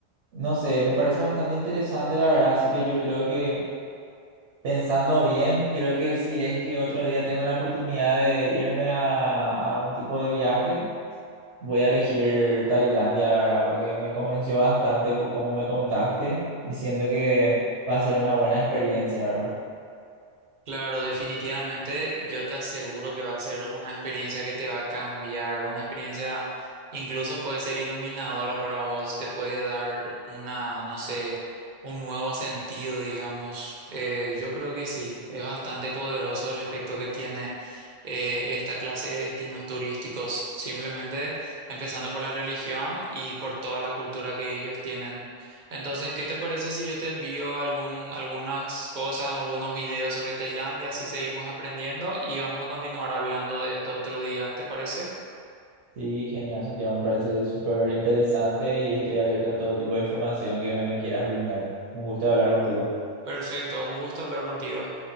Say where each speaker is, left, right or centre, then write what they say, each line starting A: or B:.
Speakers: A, on the right (about 70°); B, on the right (about 45°).
A: no sé, me parece bastante interesante, la verdad, así que yo creo que pensando bien, creo que si es que otro día tengo la oportunidad de irme a a algún tipo de viaje, voy a elegir Tailandia, la verdad, porque me convenció bastante co- como me contaste, diciendo que va a ser una buena experiencia, ¿verdad?
B: Claro, definitivamente yo te aseguro que va a ser una experiencia que te va a cambiar, una experiencia incluso puede ser iluminadora para vos, te puede dar una, no sé, un nuevo sentido, digamos. Eh, yo creo que sí, es bastante poderoso el efecto que tiene eh, esta clase de destinos turísticos, simplemente empezando por la religión y por toda la cultura que ellos tienen. Entonces, ¿qué te parece si yo te envío algún, algunas cosas, o algunos videos sobre Tailandia, así seguimos aprendiendo y vamos a continuar hablando de esto otro día? ¿Te parece?
A: Sí, genial, Santiago, me parece súper interesante y estoy abierto a todo tipo de información que me, me quieras brindar. Un gusto hablar contigo.
B: Perfecto, un gusto hablar contigo.